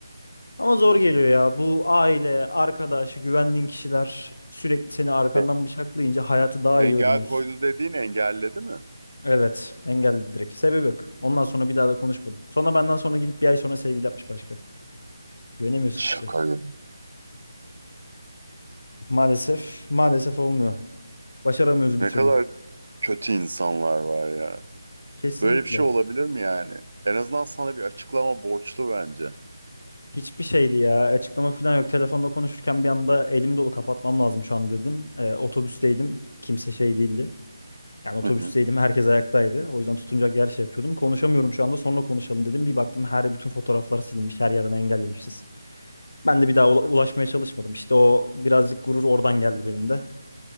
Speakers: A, on the left; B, on the right.
A: Ama zor geliyor ya. Bu aile, arkadaş, güvendiğin kişiler sürekli seni arkandan
B: E,
A: bıçaklayınca hayatı daha
B: Engel
A: iyi öğreniyorsun.
B: koydu dediğin engelledi mi?
A: Evet, engelledi direkt. Sebebi yok. Ondan sonra bir daha da konuşmadım. Sonra benden sonra gidip bir ay sonra sevgili yapmış başka. Güvenemiyoruz
B: Şaka
A: kimse.
B: gibi.
A: Maalesef, maalesef olmuyor. Başaramıyoruz
B: Ne
A: bir türlü.
B: kadar kötü insanlar var ya.
A: Kesinlikle.
B: Böyle bir şey olabilir mi yani? En azından sana bir açıklama borçlu bence.
A: Hiçbir şeydi ya. Açıklama falan yok. Telefonda konuşurken bir anda elim dolu kapatmam lazım şu an dedim. Ee, otobüsteydim. Kimse şey değildi. Yani otobüsteydim.
B: Hı
A: Herkes ayaktaydı. O yüzden tutunacak yer şey yapıyordum. Konuşamıyorum şu anda. Sonra konuşalım dedim. Bir baktım her bütün fotoğraflar silinmiş. Her yerden engellemişiz. Ben de bir daha ula- ulaşmaya çalışmadım. İşte o birazcık gurur oradan geldi benim de.